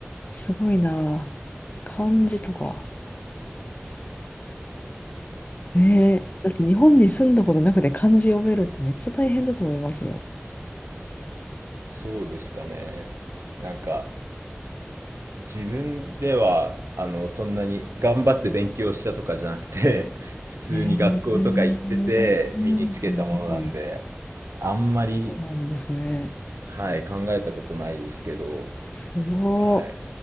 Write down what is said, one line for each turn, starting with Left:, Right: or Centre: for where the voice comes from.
Left: すごいな。漢字とか。ねえ。だって日本に住んだことなくて漢字読めるってめっちゃ大変だと思いますよ。
Right: そうですかね。なんか自分ではあのそんなに頑張って勉強したとかじゃなくて <laughs> 普通に学校とか行ってて身につけたものなんで
Left: えー、うんうんうん、
Right: あんまり、
Left: そうなんですね。
Right: はい、考えたことないですけど、
Left: すご
Right: はい、